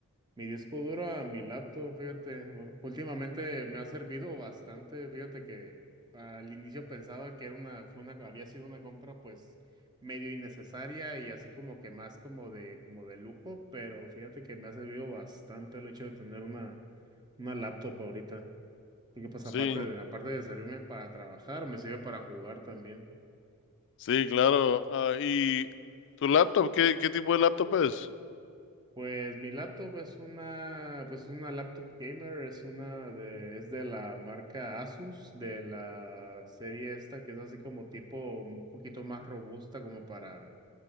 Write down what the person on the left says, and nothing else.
Sí,
sí, claro. Ah, ¿y tu laptop? ¿Qué, qué tipo de laptop es?